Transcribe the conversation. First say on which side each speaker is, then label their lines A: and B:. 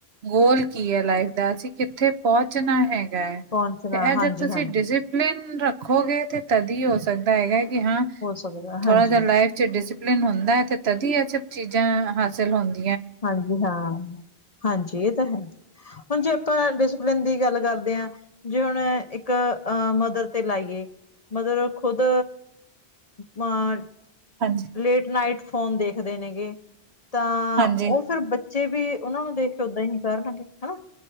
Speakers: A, on the right (about 75°); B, on the left (about 40°).
A: ਗੋਲ ਕੀ ਹੈ ਲਾਈਫ ਦਾ ਅਸੀਂ ਕਿੱਥੇ ਪਹੁੰਚਣਾ ਹੈਗਾ ਏ
B: ਪਹੁੰਚਣਾ
A: ਇਹ
B: ਹਾਂਜੀ
A: ਜਦ ਤੁਸੀਂ
B: ਹਾਂਜੀ
A: ਡਿਜ਼ਿਟ ਨਿਯਮ ਰੱਖੋਗੇ ਤੇ ਤਦੀ ਹੋ ਸਕਦਾ ਹੈਗਾ ਕਿ ਹਾਂ
B: ਹੋ ਸਕਦਾ
A: ਥੋੜਾ
B: ਹਾਂਜੀ
A: ਜਿਹਾ ਲਾਈਫ ਡਿਸਪਲਿਨ ਹੁੰਦਾ ਏ ਤੇ ਤਦੀ ਇਹ ਸਭ ਚੀਜ਼ਾਂ ਹਾਸਿਲ ਹੁੰਦ।
B: ਹਾਂਜੀ ਹਾਂ ਹਾਂਜੀ। ਇਹ ਤਾਂ ਹੈ। ਹੁਣ ਜੇ ਆਪਾਂ ਡਿਸਪਲਿਨ ਦੀ ਗੱਲ ਕਰਦੇ ਹਾਂ ਜੇ ਹੁਣ ਇੱਕ ਅ ਮਦਰ ਤੇ ਲਾਈਏ ਮਦਰ ਖੁਦ ਬਰ
A: ਹਾਂਜੀ।
B: ਲੇਟ ਨਾਈਟ ਫੋਨ ਦੇਖਦੇ ਨੇਗੇ ਤਾਂ
A: ਹਾਂਜੀ
B: ਉਹ ਫਿਰ ਥਚ ਤੇ ਬਈ ਉਹਨਾਂ ਨੂੰ ਦੇਖ ਕੇ ਓਦਾਂ ਹੀ ਕਰਨਗੇ ਹਾਂ।